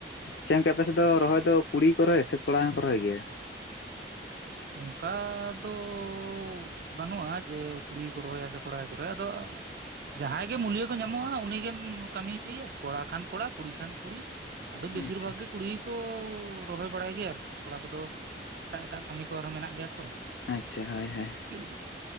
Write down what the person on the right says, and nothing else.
ᱚᱝᱠᱟᱻ ᱫᱚᱻ ᱾ ᱵᱟᱱᱩᱜᱼᱟ ᱡᱮ ᱠᱩᱲᱤ ᱜᱮᱠᱚ ᱨᱚᱦᱚᱭᱟ ᱥᱮ ᱠᱚᱲᱟ ᱜᱮᱠᱚ ᱨᱚᱦᱚᱭᱟ, ᱟᱫᱚ ᱡᱟᱦᱟᱸᱭ ᱜᱮ ᱢᱩᱞᱤᱭᱟᱹ ᱠᱚ ᱧᱟᱢᱚᱜᱼᱟ ᱩᱱᱤ ᱜᱮᱢ ᱠᱟᱢᱤ ᱦᱚᱪᱚᱭᱮᱭᱟ ᱠᱚᱲᱟ ᱠᱷᱟᱱ ᱠᱚᱲᱟ ᱠᱩᱲᱤ ᱠᱷᱟᱱ ᱠᱩᱲᱤ ᱾ ᱟᱫᱚ
ᱵᱤᱥᱤᱨ ᱵᱷᱟᱜᱽ ᱜᱮ ᱠᱩᱲᱤ ᱜᱮᱠᱚᱻ ᱨᱚᱦᱚᱭ ᱵᱟᱲᱟᱭ ᱜᱮᱭᱟ ᱟᱨᱠᱤ ᱠᱚᱲᱟ ᱠᱚᱫᱚ ᱮᱴᱟᱜ ᱮᱴᱟᱜ ᱠᱟᱹᱢᱤ ᱠᱚ ᱟᱨᱦᱚᱸ ᱢᱮᱱᱟᱜ ᱜᱮᱭᱟ ᱛᱚ ᱾
ᱷᱩᱦ,